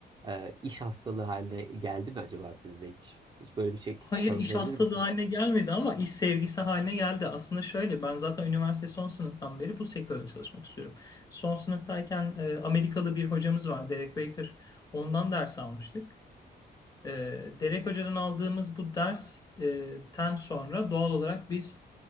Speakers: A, on the right; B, on the left.
A: e, iş hastalığı haline geldi mi acaba sizde hiç? Hiç böyle bir şey
B: Hayır
A: tanımlayabilir
B: iş hastalığı
A: misiniz?
B: haline gelmedi ama iş sevgisi haline geldi. Aslında şöyle ben zaten üniversite son sınıftan beri bu sektörde çalışmak istiyorum. Son sınıftayken e, Amerikalı bir hocamız var Derek Baker. Ondan ders almıştık. E, Derek Hoca'dan aldığımız bu dersten sonra doğal olarak biz